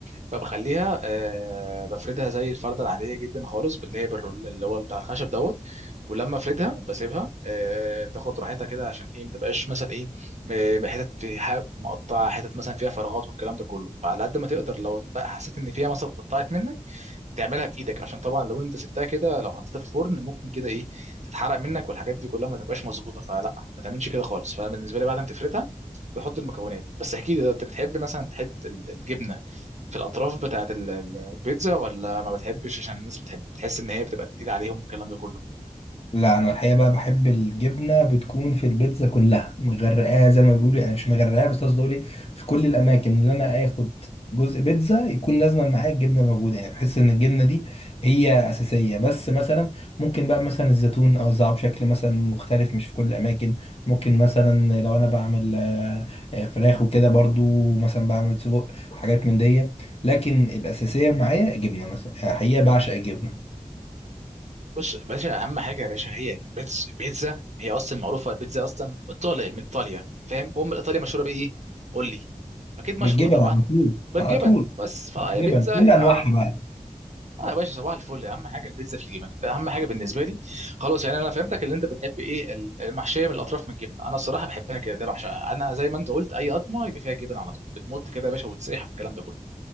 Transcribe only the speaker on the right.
فبخليها آه، بفردها زي الفردة العادية جدا خالص باللي هي بالرول اللي هو بتاع الخشب دوت ولما افردها بسيبها آه، تاخد راحتها كده عشان ايه ما تبقاش مثلا ايه م- حتت في ح- مقطعة حتت مثلا فيها فراغات والكلام ده كله على قد ما تقدر لو بقى حسيت ان فيها مثلا اتقطعت منك تعملها بايدك عشان طبعا لو انت سبتها كده لو حطيتها في الفرن ممكن كده ايه تتحرق منك والحاجات دي كلها ما تبقاش مظبوطه فلا ما تعملش كده خالص فانا بالنسبه لي بعد ما تفردها بحط المكونات بس احكي لي لو انت بتحب مثلا تحط ال- الجبنه في الاطراف بتاعت ال- ال- البيتزا ولا ما بتحبش عشان الناس بتحب تحس ان هي بتبقى تقيله عليهم الكلام ده كله
بص يا باشا اهم حاجه يا باشا هي بيتز- بيتزا هي اصلا معروفه البيتزا اصلا ايطالي من ايطاليا فاهم وام ايطاليا مشهوره بايه قول لي اكيد مشهوره
طبعا
بالجبن
بس فهي
بيتزا
يبقى
اعرف
اه يا باشا صباح الفل اهم حاجه البيتزا في الجبن اهم حاجه بالنسبه لي خلاص يعني انا فهمتك اللي انت بتحب ايه ال- المحشيه من الاطراف من الجبنه انا الصراحه بحبها كده ده بعشقها انا زي ما انت قلت اي قطمه يبقى فيها جبن على طول بتمط كده يا باشا وتسيح والكلام ده كله